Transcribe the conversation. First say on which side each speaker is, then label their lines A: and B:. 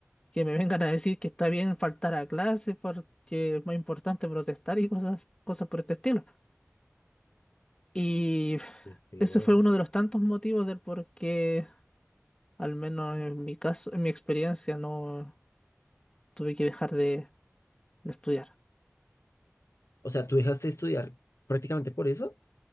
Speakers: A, on the left; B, on the left.
A: que me vengan a decir que está bien faltar a clase porque es más importante protestar y cosas, cosas por este estilo. Y
B: Qué feo.
A: ese fue uno de los tantos motivos del por qué, al menos en mi caso, en mi experiencia, no tuve que dejar de, de estudiar.
B: O sea, ¿tú dejaste de estudiar prácticamente por eso?